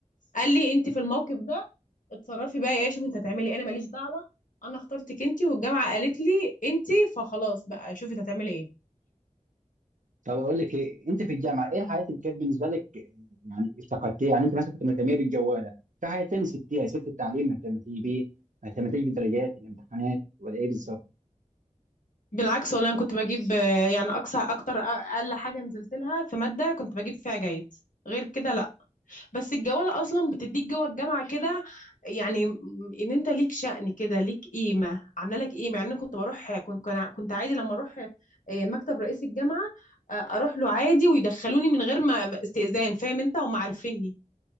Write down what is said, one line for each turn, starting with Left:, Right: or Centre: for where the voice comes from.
Left: قال لي انت في الموقف ده اتصرفي بقى ايه شوفي انت هتعملي ايه انا ماليش دعوه انا اخترتك انت والجامعه قالت لي انت فخلاص بقى شوفي انت هتعملي ايه
Right: طب اقول لك ايه انت في الجامعه ايه الحياه اللي كانت بالنسبه لك يعني افتقدتيها يعني انت مثلا كنت مهتميه بالجواله في حياه تانية سبتيها سبت التعليم ما اهتمتي بيه ما اهتمتيش بالدرجات الامتحانات ولا ايه بالظبط
Left: بالعكس والله انا كنت بجيب آه، يعني اقصى اكتر اقل حاجه نزلت لها في ماده كنت بجيب فيها جيد غير كده بس الجوالة اصلا بتديك جوه الجامعة كده يعني م- ان انت ليك شأن كده ليك قيمة عاملة لك قيمة يعني انا كنت بروح كنت كان- كنت عادي لما اروح آه، مكتب رئيس الجامعة آه، اروح له عادي ويدخلوني من غير ما ما استئذان فاهم انت هم عارفيني